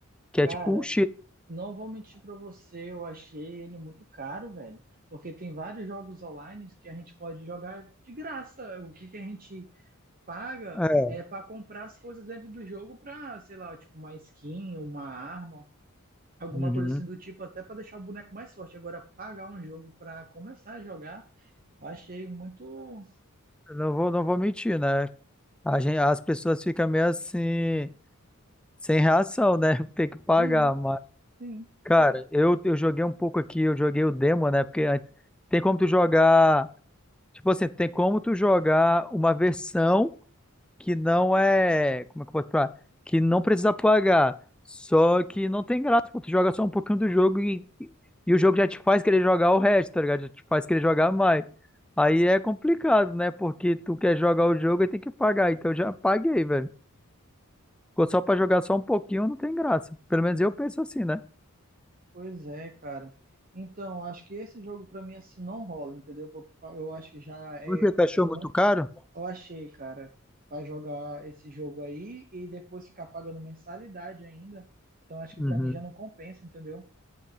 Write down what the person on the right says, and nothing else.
Cara,
Não vou mentir pra você, eu achei ele muito caro, velho. Porque tem vários jogos online que a gente pode jogar de graça. O que que a gente paga
é pra comprar as coisas dentro do jogo pra, sei lá, tipo uma skin, uma arma, alguma
coisa assim do tipo, até pra deixar o boneco mais forte. Agora, pagar um jogo pra começar a jogar, eu achei muito.
Sim,
sim.
Pois é, cara. Então, acho que esse jogo pra mim assim não rola, entendeu? Eu acho que já é
muito.
Eu achei, cara, vai jogar esse jogo aí e depois ficar pagando mensalidade ainda. Então, acho que
pra mim já não compensa, entendeu?